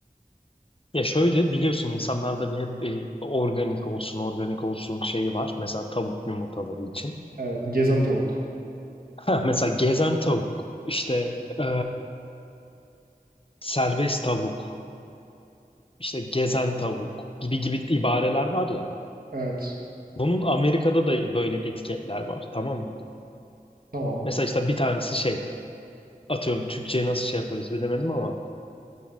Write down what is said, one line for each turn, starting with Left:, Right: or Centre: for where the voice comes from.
Left: Ya şöyle biliyorsun insanlarda bir hep e, organik olsun, organik olsun şeyi var. Mesela tavuk yumurtaları için. <laughs>
Right: Evet, gezen tavuk.
Left: Ha, mesela gezen tavuk, işte e, serbest tavuk, işte gezen tavuk gibi gibi ibareler var ya.
Right: Evet,
Left: Bunun Amerika'da da böyle etiketler var, tamam mı?
Right: tamam.
Left: Mesela işte bir tanesi şey, atıyorum Türkçe'ye nasıl şey yaparız bilemedim ama